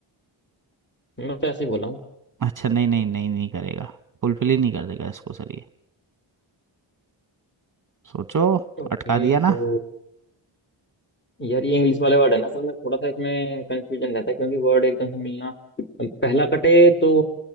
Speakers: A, on the left; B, on the right.
A: मैं तो ऐसे ही बोला हूँ
B: अच्छा नहीं नहीं नहीं नहीं करेगा फुलफिल ही नहीं कर देगा इसको सर ये सोचो
A: ओके
B: अटका दिया
A: तो
B: ना
A: यार ये इंग्लिश वाले वर्ड है ना असल में थोड़ा सा इसमें कंफ्यूजन रहता है क्योंकि वर्ड एकदम से मिलना पहला कटे तो